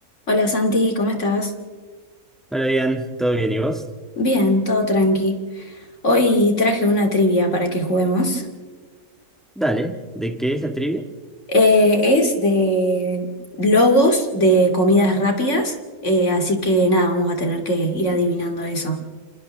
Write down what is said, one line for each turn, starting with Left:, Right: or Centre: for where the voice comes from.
Left: Hola Santi, ¿cómo estás?
Centre: Hola, bien, ¿todo bien? ¿Y vos?
Left: Bien, todo tranqui. Hoy traje una trivia para que juguemos.
Centre: Dale, ¿de qué es la trivia?
Left: Eh, es de logos de comidas rápidas, eh, así que nada, vamos a tener que ir adivinando eso.